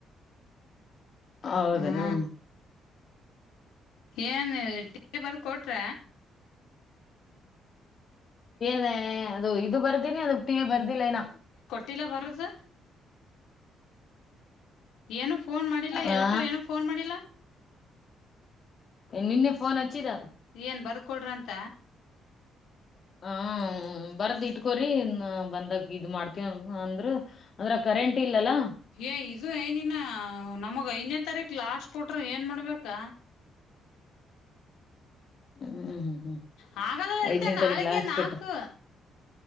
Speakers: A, on the left; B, on the left.
A: ಹೌದನಾ
B: ಹಾ ಏನ್ ಟ ಬರ್ ಕೊಟ್ರ
A: ನ ಅದು ಇದು ಬರ್ತೀನಿ ಅದುಟ್ಟೀ ಬರ್ತಿ ದಿಲೇನ
B: ಟಿಲ ವರದು ಏನು ಫೋನ್ ಮಾಡಿಲ್ಲಾ
A: ಆ
B: ಎಲ್ಟು ಏನು ಫೋನ್ ಮಾಡಿಲ್ಲಾ
A: ನಿನ್ನೆ ಫೋನ್ ಹಚ್ಚಿದ
B: ಏನ್ ಬರ್ಕೊಡ್ರಂತ
A: ಹ ಬರದ್ ಇಟ್ಕೋರಿಿ ಬಂದಾಗ ಇದ್ ಮಾಡ್ತವ ಅಂದ್ರರು ಅಂದ್ರ ಕರೆಂಟ್ ಇಲ್ಲಲ್ಲ
B: ಏ ಇದು ಏನಿನ ನಮಗ ನ್ ತಾರೀಕ ಲಾಸ್ಟ್ ಕೊಟ್ರೆ ಏನ್ ಮಾಡ್ಬೇಕಾ
A: ಹ್ಮ್ ಹ್ಮ್ ಹ್ಮ್
B: ಹಾಗಲ್ಲ ಹೇಳ್ತ
A: ಐದನೇ
B: ನಾಳೆಗೆ
A: ತಾರೀಕು ಲಾಸ್ಟ್
B: ನಾಕೂ
A: ಕೊಟ್ಟು